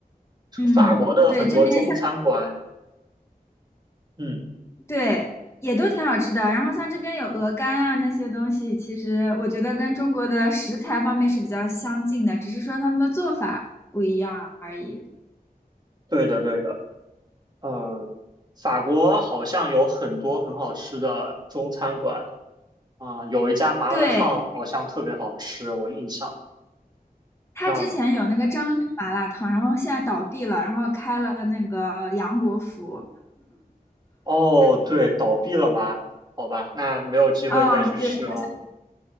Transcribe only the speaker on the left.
嗯，
对，这边像
对也都挺好吃的，然后像这边有鹅肝啊那些东西，其实我觉得跟中国的食材方面是比较相近的，只是说他们的做法不一样而已。
对，
他之前有那个张六麻辣烫，
然后现在倒闭了，然后开了那个杨国福。
嗯，对，好像，